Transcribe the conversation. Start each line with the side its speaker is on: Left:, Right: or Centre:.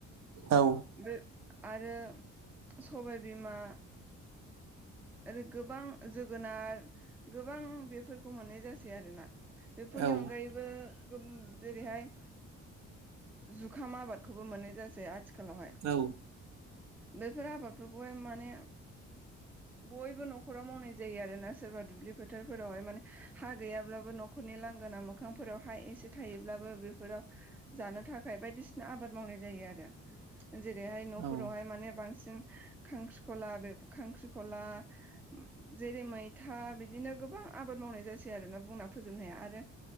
Right: औ।
Centre: ओ आरो सबायबिमा आरो गोबां जोगोनार गोबां बेफोरखौ मोननाय जासै आरोना। बेफोरनि
Right: औ
Centre: अनगायैबो गोम जेरैहाय जुखाम आबादखौबो मोननाय जासै आथिखालावहाय।
Right: औ।
Centre: बेफोर आबादफोरखौहाय माने बयबो न'खराव मावनाय जायो आरोना। सोरबा दुब्लि फोथारफोरावहाय माने हा गैयाब्लाबो न'खरनि लांगोना मोखांफोरावहाय एसे थायोब्लाबो बेफोराव जानो थाखाय बायदिसिना आबाद मावनाय जायो आरो। जेरैहाय न'फोरावहाय
Right: औ
Centre: माने बांसिन खांख्रिख'ला बे खांख्रिख'ला उम जेरै मैथा बिदिनो गोबां आबाद मावनाय जासै आरोना बुंना फोजोबनो हाया आरो